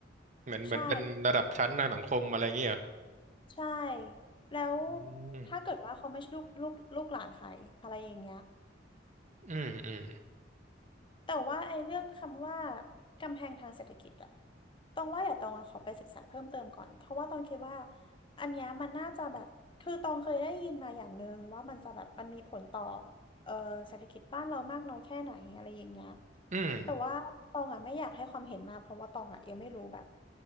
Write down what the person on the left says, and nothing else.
ใช่ใช่แล้ว
ถ้าเกิดว่าเขาไม่ใช่ลูกลูกลูกหลานใครอะไรอย่างเงี้ย
แต่ว่าไอ้เรื่องคำว่ากำแพงทางเศรษฐกิจอะตองว่าเดี๋ยวตองอะขอไปศึกษาเพิ่มเติมก่อนเพราะว่าตองคิดว่าอันเนี้ยมันน่าจะแบบคือตองเคยได้ยินมาอย่างหนึ่งว่ามันจะแบบมันมีผลต่อเอ่อเศรษฐกิจบ้านเรามากน้อยแค่ไหนอะไรอย่างเงี้ย
แต่ว่าตองอะไม่อยากให้ความเห็นมาเพราะว่าตองอะยังไม่รู้แบบ